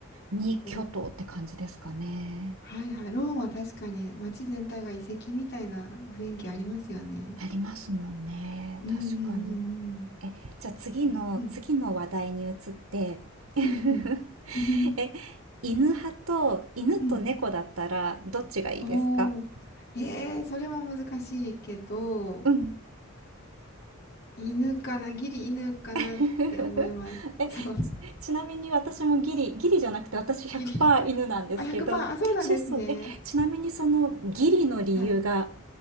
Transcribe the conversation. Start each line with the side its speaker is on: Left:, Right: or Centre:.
Right: 二巨頭って感じですかね。
Left: ー。はいはい。ローマ確かに街全体が遺跡みたいな雰囲気ありますよね。
Right: ありますもんね。
Left: うんうん
Right: 確かに。え、じゃあ次の次の話題に移って、
Left: うんうん。えー、うん。うん
Right: <laughs>
Left: うん。
Right: え、
Left: <laughs>
Right: 犬派と、犬と猫だったらどっちがいいですか
Left: うん。おー。えー、それも難しいけど、
Right: うん。
Left: 犬かな、ギリ犬かなって思います。
Right: <laughs> え、
Left: そう、
Right: ち、ちなみに私もギリ、ギリじゃなくて私100%
Left: ギリ。
Right: 犬なんですけど、
Left: あ、100%、あ、そうなんですね。
Right: そうそう、え、ちなみにそのギリの理由が
Left: はい。い